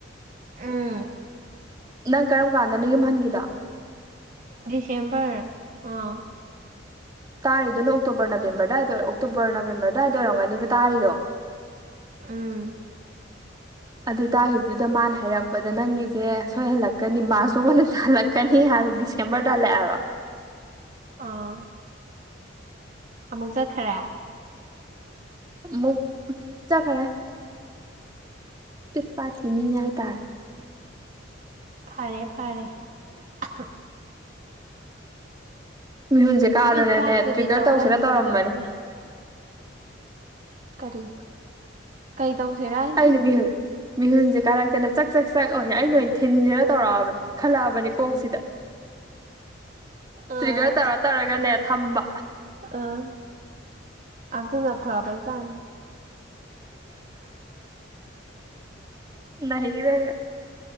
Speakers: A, on the right; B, on the right.
A: ꯎꯝ
B: ꯅꯪ ꯀꯔꯝ ꯀꯥꯟꯗꯅꯣ ꯌꯨꯝ ꯍꯟꯒꯤꯗꯣ
A: ꯗꯤꯁꯦꯝꯕꯔ ꯑꯥ
B: ꯇꯥꯔꯤꯗꯨꯅ ꯑꯣꯛꯇꯣꯕꯔ ꯅꯕꯦꯝꯕꯔ ꯑꯗꯨꯋꯥꯏꯗ ꯑꯣꯛꯇꯣꯕꯔ ꯅꯕꯦꯝꯕꯔ ꯑꯗꯨꯗꯥꯏꯗ ꯑꯣꯏꯔꯝꯒꯅꯤꯕ ꯇꯥꯔꯤꯗꯣ
A: ꯎꯝ
B: ꯑꯗꯨ ꯇꯥꯈꯤꯕꯗꯨꯗ ꯃꯥꯅ ꯍꯥꯏꯔꯛꯄꯗ ꯅꯪꯒꯤꯁꯦ ꯁꯣꯏ ꯍꯜꯂꯛꯀꯅꯤ ꯃꯥꯔꯁ ꯐꯥꯎꯕ ꯍꯜꯂꯛꯀꯅꯤ ꯍꯥꯏꯕ ꯗꯤꯁꯦꯝꯕꯔꯗ ꯍꯜꯂꯛꯑꯦꯕ
A: ꯑꯥ ꯑꯃꯨꯛ ꯆꯠꯈꯔꯦ
B: ꯑꯃꯨꯛ ꯆꯠꯈꯔꯦ ꯇꯤꯛ ꯄꯥꯠꯀꯤ ꯃꯤꯅꯤ ꯍꯥꯏ ꯇꯥꯔꯦ
A: ꯐꯔꯦ ꯐꯔꯦ <inaudible>
B: ꯃꯤꯍꯨꯟꯁꯦ ꯀꯥꯗꯅꯅꯦ
A: ꯄꯤꯠ ꯄꯥꯠꯇꯨꯗꯤ
B: ꯇ꯭ꯔꯤꯒꯔ
A: ꯇꯧꯍꯜꯂꯣꯏꯗꯕꯅꯦ
B: ꯇꯧꯁꯤꯅ ꯇꯧꯔꯝꯕꯅꯦ
A: ꯀꯔꯤ ꯀꯩ ꯇꯧꯁꯦꯔꯥ ꯍꯥꯏꯗꯤ
B: ꯑꯩꯅ ꯃꯤꯍꯨꯟ ꯃꯤꯍꯨꯟꯁꯦ ꯀꯥꯔꯛꯇꯦꯅ ꯆꯛ ꯆꯛ ꯑꯣꯢꯄ ꯑꯩꯩꯅꯑꯣꯏꯅ ꯊꯤꯟꯁꯤꯔ ꯇꯧꯔꯛꯑꯕꯅꯤ ꯈꯜꯂꯛꯑꯕꯅꯤ ꯀꯣꯛꯁꯤꯗ
A: ꯑꯥ
B: ꯇ꯭ꯔꯤꯒꯔ ꯇꯧꯔ ꯇꯥꯔꯒꯅꯦ ꯊꯝꯕ
A: ꯑꯥ ꯑꯗꯨꯅ ꯐꯕ ꯖꯥꯠꯅꯤ
B: <unintelligible>